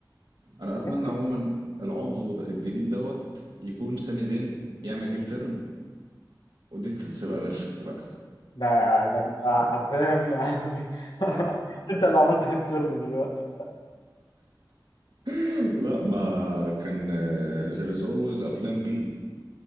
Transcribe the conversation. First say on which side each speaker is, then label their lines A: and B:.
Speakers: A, on the right; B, on the left.
A: انا اتمنى
B: يمكن
A: عموما العضو ده- الجديد دوت يكون سامي زين يعمل هيل تيرن ودي تبقى بيرفكت بقى
B: ده يعني ده انت حرفيا يعني <laughs> انت اللي عملت هيل تيرن دلوقتي
A: <laughs> لا ما كان آه، there is always a plan B